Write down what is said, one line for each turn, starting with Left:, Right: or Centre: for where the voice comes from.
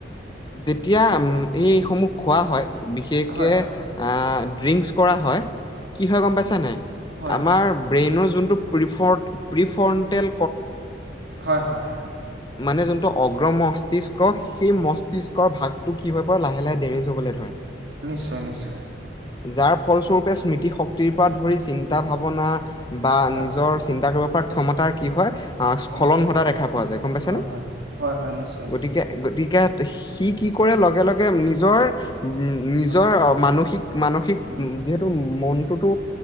Left: যেতিয়া উম এইসমূহ খোৱা হয় বিশেষকে
Right: হয় হয়
Left: আহ ড্ৰিংকছ কৰা হয় কি হয় গম পাইছা নাই
Right: হয়
Left: আমাৰ ব্ৰেইনৰ যোনটো প্ৰিফড প্ৰিফৰ্ণ্টেল
Right: হয় হয়
Left: মানে যোনটো অগ্ৰ মস্তিষ্ সেই মস্তিষ্কৰ ভাগটো কি হৈ পৰে লাহে লাহে ডেমেজ হবলৈ ধৰে
Right: নিশ্চয় নিশ্চয়
Left: যাৰ ফলস্বৰূপে স্মৃতি শক্তিৰ পৰা ধৰি চিন্তা ভাৱনা বা
Right: হয়
Left: নিজৰ চিন্তা কৰিব ক্ষমতাৰ কি হয় অ স্খলন
Right: হয়
Left: ঘটা দেখা পোৱা যায় গম পাইছেনেে
Right: হয় হয় হয় হয় নিশ্চয়
Left: গতিকে
Right: নিশ্চয়
Left: গতিকে সি কি কৰে লগে লগে নিজৰ উ নিজৰ
Right: হয়
Left: মানসিক মানসিক যিহেতু মনটোতো